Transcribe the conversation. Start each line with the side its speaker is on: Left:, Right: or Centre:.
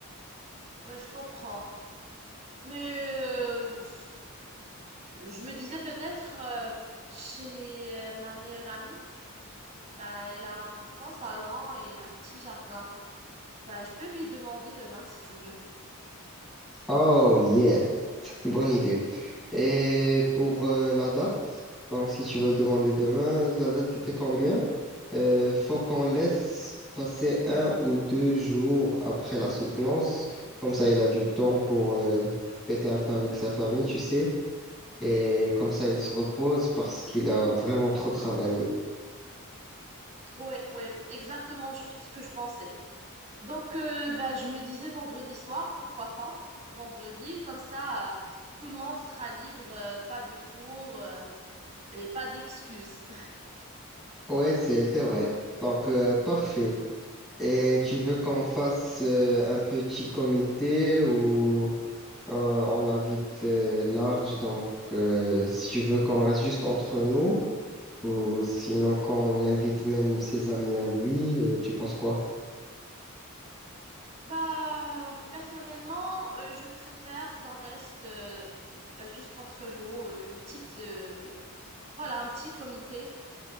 Right: Oui, je comprends. Mais euh, je me disais peut-être euh, chez euh, ma meilleure amie. Bah, elle a un grand salon et un petit jardin. Bah, je peux lui demander demain si tu veux.
Centre: Oh yes, bonne idée. Et pour euh, la date, donc si tu veux le demander demain, la date c'était combien? Euh, faut qu'on laisse passer un ou deux jours après la soutenance. Comme ça, il a du temps pour euh, fêter un peu avec sa famille, tu sais. Et comme ça, il se repose parce qu'il a vraiment trop travaillé.
Right: Ouais, ouais, exactement ch- ce que je pensais. Donc, euh, bah, je me disais vendredi soir, pourquoi pas? Vendredi, comme ça, euh, tout le monde sera libre, euh, pas de cours, euh, et pas d'excuses. <laughs>
Centre: Ouais, c'est c'est vrai. Donc, euh, parfait. Et tu veux qu'on fasse euh, un petit comité où euh, on invite euh, large, donc euh, si tu veux qu'on reste juste entre nous, ou sinon qu'on invite même ses amis à lui, euh, tu penses quoi?
Right: Bah, personnellement, euh, je préfère qu'on reste euh, bah, juste entre nous, euh, une petite, euh, voilà, un petit comité.